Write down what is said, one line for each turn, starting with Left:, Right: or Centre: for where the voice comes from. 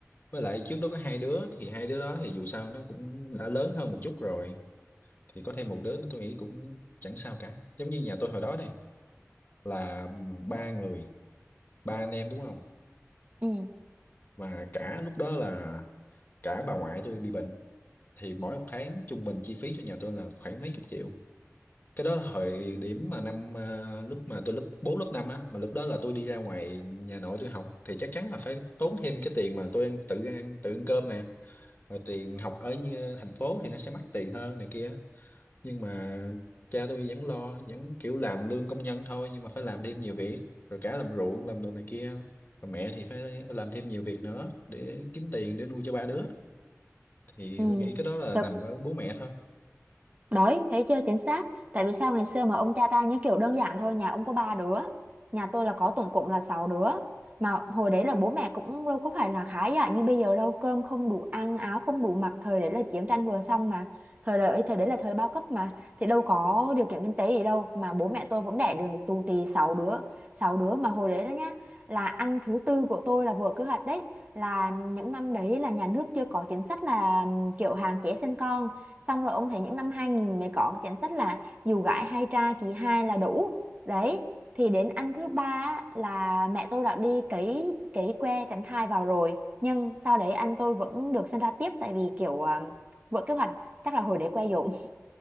Left: với lại trước đó có hai đứa thì hai đứa đó thì dù sao nó cũng đã lớn hơn một chút rồi thì có thêm một đứa nữa tôi nghĩ cũng chẳng sao cả giống như nhà tôi hồi đó này là ba người ba anh em đúng không
Right: ừ
Left: và cả lúc đó là cả bà ngoại tôi bị bệnh thì mỗi một tháng trung bình chi phí cho nhà tôi là khoảng mấy chục triệu cái đó là thời điểm mà năm à, lúc mà tôi lớp 4 lớp 5 á mà lúc đó là tôi đi ra ngoài nhà nội tôi học thì chắc chắn là phải tốn thêm cái tiền mà tôi ăn, tự ăn tự ăn cơm nè rồi tiền học ở như thành phố thì nó sẽ mắc tiền hơn này kia nhưng mà cha tôi vẫn lo vẫn kiểu làm lương công nhân thôi nhưng mà phải làm thêm nhiều việc rồi cả làm ruộng làm đồ này kia rồi mẹ thì phải làm thêm nhiều việc nữa để kiếm tiền để nuôi cho ba đứa thì
Right: ừ
Left: tôi nghĩ cái đó là
Right: tớ
Left: nằm ở bố mẹ thôi
Right: Đấy, thấy chưa chính xác. Tại vì sao ngày xưa mà ông cha ta như kiểu đơn giản thôi, nhà ông có ba đứa, nhà tôi là có tổng cộng là 6 đứa. Mà hồi đấy là bố mẹ cũng đâu có phải là khá giả như bây giờ đâu, cơm không đủ ăn, áo không đủ mặc, thời đấy là chiến tranh vừa xong mà. Thời đấy thời đấy là thời bao cấp mà thì đâu có điều kiện kinh tế gì đâu mà bố mẹ tôi vẫn đẻ được tù tì 6 đứa, 6 đứa mà hồi đấy đó nhá là ăn thứ tư của tôi là vừa kế hoạch đấy là những năm đấy là nhà nước chưa có chính sách là kiểu hạn chế sinh con xong rồi ông thấy những năm 2000 mới có cái chính sách là dù gái hay trai chỉ hai là đủ đấy thì đến anh thứ ba á, là mẹ tôi đã đi cấy cấy que tránh thai vào rồi nhưng sau đấy anh tôi vẫn được sinh ra tiếp tại vì kiểu à, vỡ kế hoạch chắc là hồi đấy que dỗm